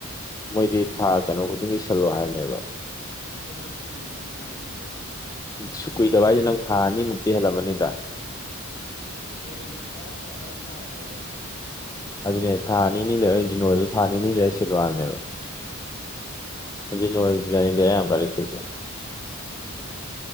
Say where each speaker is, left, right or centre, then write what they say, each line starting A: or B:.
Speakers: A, on the left; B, on the left.
A: ꯎꯝ
B: ꯃꯣꯏꯗꯤ ꯊꯥ ꯀꯩꯅꯣ ꯈꯨꯗꯤꯡꯒꯤ ꯁꯤꯜꯂꯣ ꯍꯥꯏꯕꯅꯦꯕ
A: ꯐꯦꯟꯗꯤ ꯁꯤꯡꯁꯨ ꯀꯨꯏꯔꯤꯅꯦ
B: ꯁꯨ ꯀꯨꯏꯗꯕ ꯍꯥꯏꯁꯦ ꯅꯪ ꯊꯥ ꯑꯅꯤꯃꯨꯛꯇꯤ ꯍꯦꯜꯂꯝꯕꯅꯤꯗ
A: ꯍꯦ ꯑ ꯑꯥ ꯍꯦꯂ ꯍꯦꯂ
B: ꯑꯗꯨꯅꯦ ꯊꯥ ꯅꯤꯅꯤ ꯂꯩꯔ ꯖꯤꯅꯣꯗꯨ ꯊꯥ ꯅꯤꯅꯤ ꯂꯩꯔ ꯁꯤꯜꯋꯥꯝꯅꯦꯕ
A: ꯎꯝ
B: ꯑꯗꯨꯖꯤ ꯅꯣꯡꯋꯥꯁ ꯌꯥꯅꯤ ꯀꯦꯔ ꯌꯥꯝꯔ ꯂꯤ ꯊꯁ